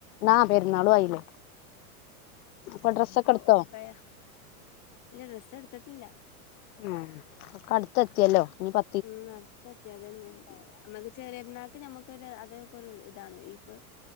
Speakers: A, on the left; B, on the left.
A: നാ പെരുന്നാളും ആയില്ലേ അപ്പൊ ഡ്രസ്സൊക്കെ
B: ഒക്കെ
A: എടുത്തോ
B: ഒപ്പയാ ഇല്ല ഡ്രസ്സ് എടുത്തിട്ടില്ല
A: ഉം ഒക്കെ അടുത്തെത്തിയല്ലോ ഇനി പ
B: ഉം ആട്ത്തത്തി അതന്നെ നമുക്ക് ചെറിയരന്നാക്ക് നഞമ്മക്കൊരു അതൊക്കെ ഒരു ഇതാണ് ഈ ഇപ്പൊ